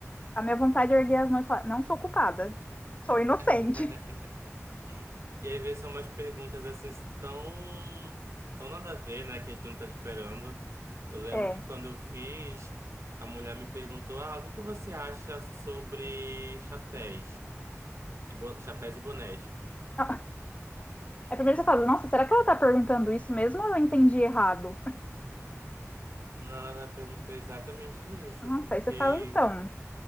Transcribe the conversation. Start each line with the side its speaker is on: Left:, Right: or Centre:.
Left: a minha vontade é erguer as mãos e falar, não sou culpada, sou inocente.
Right: <laughs> E às vezes são umas perguntas assim tão. tão nada a ver, né? Que a gente não tá esperando. Eu lembro
Left: É.
Right: que quando eu fiz, a mulher me perguntou: Ah, o que você acha sobre chapéus? E bo- Chapéus e bonés.
Left: Ah, Aí primeiro você fala, nossa, será que ela tá perguntando isso mesmo ou eu entendi errado?
Right: Não, ela perguntou exatamente isso.
Left: Nossa,
Right: Eu fiquei.
Left: aí você fala, então,